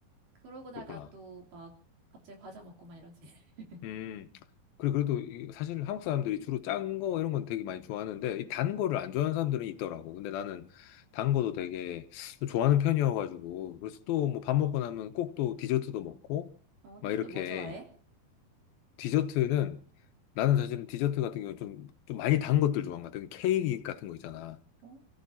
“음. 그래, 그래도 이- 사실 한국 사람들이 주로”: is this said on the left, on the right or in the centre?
Left